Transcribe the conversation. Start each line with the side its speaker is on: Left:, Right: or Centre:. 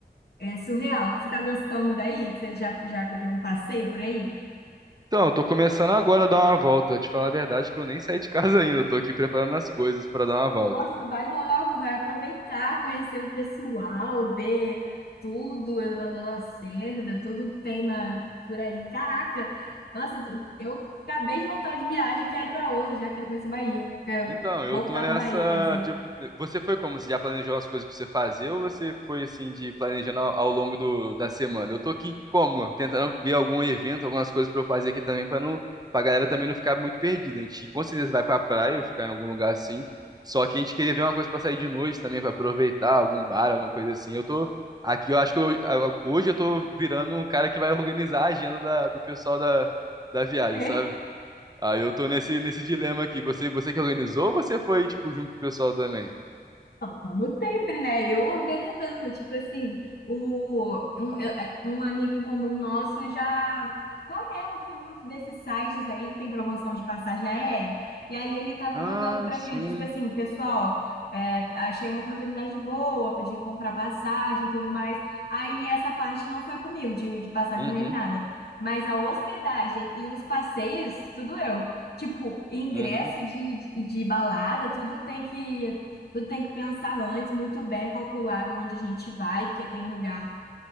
Left: é surreal. Você tá gostando daí? Você já, já deu um passeio por aí?
Right: Então, eu tô começando agora a dar uma volta. Eu te falar a verdade que eu nem saí de casa ainda, eu tô aqui preparando as coisas pra dar uma volta.
Left: Nossa, vai logo, vai aproveitar, conhecer o pessoal, ver tudo, elevador Lacerda, tudo que tem na, por aí. Caraca, nossa, tu- eu acabei de voltar de viagem, quero ir para outra, já quero conhecer Bahia. Quero
Right: Então, eu
Left: voltar
Right: tô nessa
Left: para Bahia, quer dizer.
Right: de... Você foi como? Você já planejou as coisas pra você fazer ou você foi assim de planejando ao, ao longo do, da semana? Eu tô aqui como? Tentando ver algum evento, algumas coisas pra eu fazer aqui também pra não pra galera também não ficar muito perdida. A gente com certeza vai pra praia ou ficar em algum lugar assim. Só que a gente queria ver uma coisa pra sair de noite também, pra aproveitar, algum bar, alguma coisa assim. Eu tô aqui, eu acho que eu- a- hoje eu tô virando um cara que vai organizar a agenda da- do pessoal da, da viagem,
Left: <laughs>
Right: sabe? Aí eu tô nesse, nesse dilema aqui. Você, você que organizou ou você foi, tipo, junto com o pessoal também?
Left: Como sempre, né? Eu organizando, tipo assim, o, um, eu- é, um amigo em comum nosso já conhece muito desses sites aí que tem promoção de passagem aérea, e aí ele tava
Right: Ah,
Left: mandando pra
Right: sim.
Left: gente, tipo assim, pessoal, é, achei uma oportunidade boa de comprar passagem e tudo mais. Aí essa parte não foi comigo, de, de passagem
Right: Uhum,
Left: nem nada, mas a hospedagem e os passeios, tudo eu. Tipo, ingresso
Right: uhum,
Left: de, de, de balada, tudo tem que. Tudo tem que pensar antes, muito bem calculado onde a gente vai, porque tem lugar,